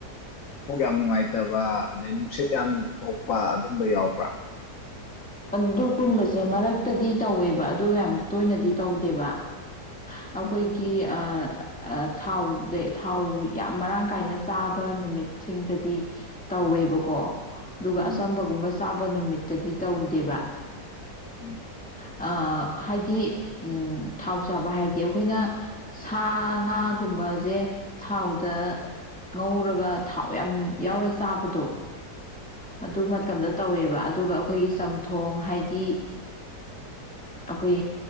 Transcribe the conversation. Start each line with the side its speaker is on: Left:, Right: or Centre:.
Left: ꯄꯨꯛ ꯌꯥꯝ ꯅꯨꯡꯉꯥꯏꯇ ꯐꯠꯇꯕ ꯑꯗꯩ ꯅꯨꯡꯁꯤꯠ ꯌꯥꯝꯅ ꯊꯣꯛꯄ ꯑꯗꯨꯝꯕ ꯌꯥꯎꯕ꯭ꯔꯥ
Centre: ꯑꯗꯨꯒꯨꯝꯕꯁꯦ ꯃꯔꯛꯇꯗꯤ ꯇꯧꯋꯦꯕ ꯑꯗꯨ ꯌꯥꯝ ꯇꯣꯏꯅꯗꯤ ꯇꯧꯗꯦꯕ ꯑꯩꯈꯣꯏꯒꯤ
Left: ꯎꯝ
Centre: ꯑ ꯊꯥꯎꯗ ꯊꯥꯎ ꯌꯥꯝ ꯃꯔꯥꯡ ꯀꯥꯏꯅ ꯆꯥꯕ ꯅꯨꯃꯤꯠꯁꯤꯡꯗꯗꯤ ꯇꯧꯋꯦꯕꯀꯣ ꯑꯗꯨꯒ
Left: ꯎꯝ
Centre: ꯑꯁꯝꯕꯒꯨꯝꯕ ꯆꯥꯕ ꯅꯨꯃꯤꯠ ꯇꯗꯤ ꯇꯧꯗꯦꯕ
Left: ꯎꯝ
Centre: ꯑ ꯍꯥꯏꯗꯤ ꯎ ꯊꯥꯎ ꯆꯥꯕ ꯍꯥꯏꯗꯤ ꯑꯩꯈꯣꯏꯅ ꯁꯥ ꯉꯥꯒꯨꯝꯕꯁꯦ ꯊꯥꯎꯗ ꯉꯧꯔꯒ ꯊꯥꯎ ꯌꯥꯝ ꯌꯥꯎꯔꯦ ꯆꯥꯕꯗꯣ ꯑꯗꯨ ꯃꯇꯝꯗ ꯇꯧꯋꯦꯕ ꯑꯗꯨꯒ ꯑꯩꯈꯣꯏꯒꯤ ꯆꯝꯊꯣꯡ ꯍꯥꯏꯗꯤ ꯑꯩꯈꯣꯏ